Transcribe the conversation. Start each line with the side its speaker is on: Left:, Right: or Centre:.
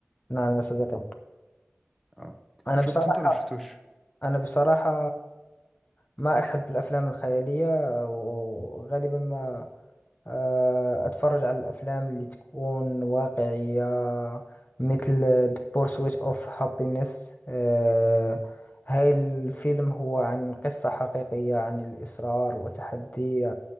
Left: نعم يا صديقي
Centre: اه
Left: أنا
Centre: شفته
Left: بصراحة
Centre: انت ولا شفتوش
Left: أنا بصراحة ما أحب الأفلام الخيالية وغالبا ما آه، أتفرج على الأفلام اللي تكون واقعية مثل The Pursuit of Happiness آه، هاي الفيلم هو عن قصة حقيقية عن الإصرار وتحدي